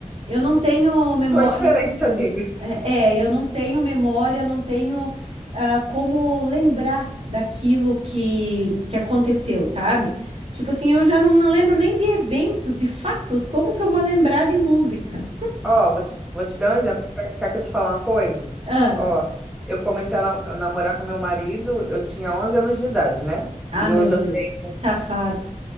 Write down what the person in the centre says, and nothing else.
Tu é diferente, <laughs> amiga.
Ó, vou te, vou te dar um exemplo. Quer, quer que eu te fale uma coisa?
Ó, eu comecei a na- namorar com meu marido, eu tinha 11 anos de idade, né?
E
hoje
eu tenho.
<laughs>